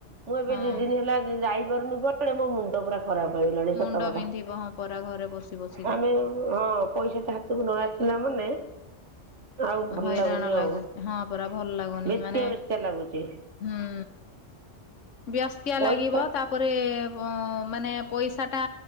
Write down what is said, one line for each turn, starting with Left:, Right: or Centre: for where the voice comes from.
Right: ମୁଁ ଏବେି
Left: ହଁ
Right: ଦିନି ହେଲା ଯାଇ <unintelligible> ମୋ ମୁଣ୍ଡ ପୁରା ଖରାପ ହେଇଗଲାଣି
Left: ମୁଣ୍ଡ
Right: ସତ କଥା
Left: ବିନ୍ଧିବ ହଁ ପରା ଘରେ ବସି ବସିକି
Right: ଆମେ ହଁ ପଇସାଟା ହାତକୁ ନ ଆସିଲା ମାନେ ଆଉ ଭଲ
Left: ହଇରାଣ
Right: ଲାଗୁନି
Left: ଲାଗୁ
Right: ଆଉ
Left: ହଁ ପରା ଭଲ ଲାଗୁନି
Right: ବେସ୍ତିଆ
Left: ମାନେ
Right: ବେସ୍ତିଆ ଲାଗୁଛି
Left: ହୁଁ ବ୍ୟସ୍ତିଆ
Right: ପଇସା
Left: ଲାଗିବ ତାପରେ ମାନେ ପଇସା ଟା